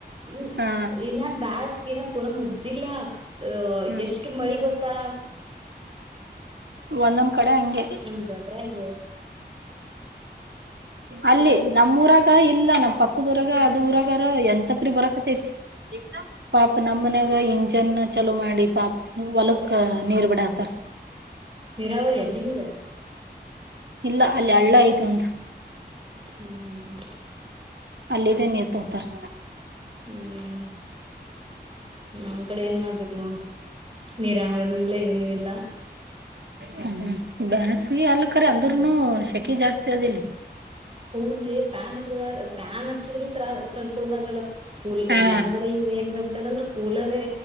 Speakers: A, on the right; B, on the right.
A: ಹ್ಮ್
B: ಹಾ
A: ಇನ್ನ ಬ್ಯಾಸ್ ಇನ್ನ ಪುಲ್ ಮುಗ್ದಿಲ್ಲ ಅ
B: ಹ್ಮ್
A: ಎಷ್ಟು ಮಳಿ ಬತ್ ತ್ತಾ
B: ಒಂದೊಂದ್ ಕಡೆ ಹಂಗೆ.
A: ನಮ್ದ ಅದ್ರಾಗ
B: ಅಲ್ಲಿ ನಮ್ ಊರಾಗ ಇಲ್ಲ ನಮ್ ಪಕ್ಕದ್ ಊರಾಗೆ ಅದು ಊರಾಗರ ಎಂತಪ್ರಿ ಬರಕತೈತಿ ಪಾಪ ನಮ್ಮ್ ಮನ್ಯಾಗ ಇಂಜನ್ ಚಲೋ ಮಾಡಿ ಪಾಪ್ ಹೊಲುಕ್ಕ ನೀರ್ ಬಿಡಾತಾರ
A: ನಿರಾವರಿ ಏನ್ ನಿಮ್ದ?
B: ಇಲ್ಲ ಅಲ್ಲಿ ಹಳ್ಳ ಐತ್ ಒಂದು.
A: ಹ್ಮ್ ಹ್ಮ್ ಹ್ಮ್
B: ಅಲ್ಲಿದೇ ನೀರ್ ತರ್ತಾರ್.
A: ಹ್ಮ್ ನಮ್ ಕಡೆ ಏನ್ ಮಾಡ್ಬೇಕು ನೋಡ್ ನೀರಾವರಿನೂ ಇಲ್ಲ ಏನು ಇಲ್ಲ.
B: ಹ್ಮ್ ಬ್ಯಾಸ್ಗಿ ಅಲ್ ಕರೆ ಅಂದುರ್ನು ಶೆಕೆ ಜಾಸ್ತಿ ಅದಿಲ್ಲಿ.
A: ಹೌದ್ ಲೆ ಪ್ಯಾನ್ ಹಚ್ಗೊಳೋ <unintelligible> ಪ್ಯಾನ್ ಹಚ್ಚಿದ್ರು ತರಾ ತಡ್ಕೊಳುಕ್ಕಾಗಲ್ಲ <unintelligible>
B: ಹಾ
A: ಏ ನಮ್ಗು ನಿಮ್ಗೂ ಹೆಂಗೊ ಯದಂದ್ರೆ ಕೂಲರೇ